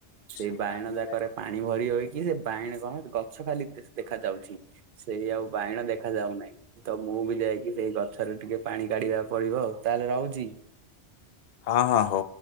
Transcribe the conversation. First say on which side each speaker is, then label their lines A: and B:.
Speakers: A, on the right; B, on the left.
A: ସେଇ
B: ଶ
A: ବାଇଣ
B: ବା <unintelligible>
A: ଯାକରେ ପାଣି ଭରି ହଇକି ସେ ବାଇଣ କଣ ଗଛ ଖାଲି ଦେଖା ଯାଉଛି। ସେଇ ଆଉ ବାଇଣ ଦେଖା ଯାଉନାହିଁ ତ ମୁଁ ବି ଯାଇକି ସେଇ ଗଛରେ ଟିକେ। ପାଣି କାଢିବାକୁ ପଡିବ ତାହେଲେ ରହୁଛି।
B: ହଁ ହଁ ହଉ।